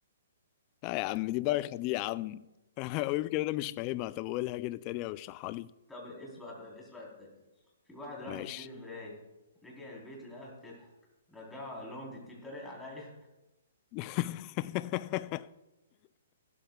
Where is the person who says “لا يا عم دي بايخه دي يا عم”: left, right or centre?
Left